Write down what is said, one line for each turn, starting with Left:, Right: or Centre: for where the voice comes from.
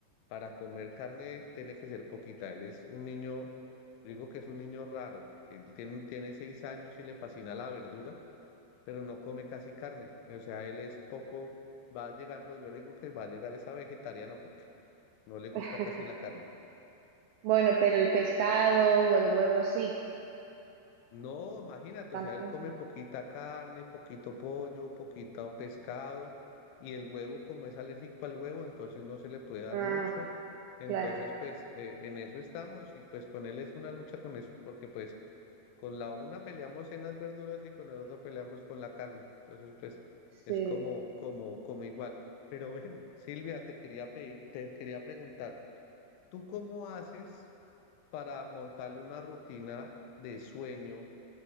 Left: para comer carne tiene que ser poquita, él es un niño, digo que es un niño raro, porque él tiene, tiene seis años y le fascina la verdura pero no come casi carne. O sea, él es poco, va llegando, yo le digo que va a llegar esa vegetariano porque no le gusta
Right: <laughs>
Left: casi la carne.
Right: Bueno, pero el pescado o el huevo sí,
Left: No, imagínate,
Right: tampoco.
Left: o sea, él come poquita carne, poquito pollo, poquito pescado y el huevo, como es alérgico al huevo, entonces no se le puede dar
Right: Ah,
Left: mucho. Entonces,
Right: claro,
Left: pues eh, en eso estamos y pues con él es una lucha con eso, porque pues Con la una peleamos en las verduras y con el otro peleamos con la carne. Entonces, pues
Right: sí.
Left: es como, como, como igual. Pero ven, <laughs> Silvia, te quería pe- te quería preguntar, ¿tú cómo haces para montarle una rutina de sueño